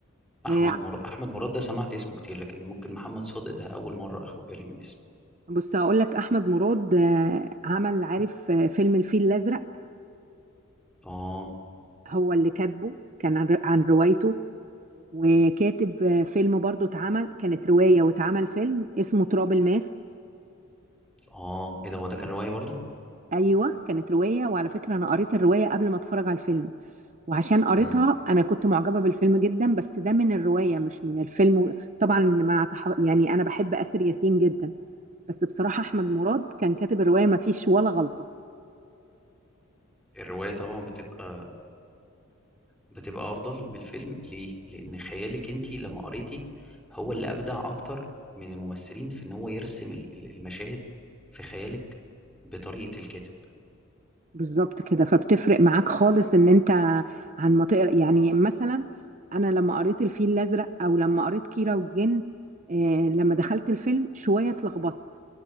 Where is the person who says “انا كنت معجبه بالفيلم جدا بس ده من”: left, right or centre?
Right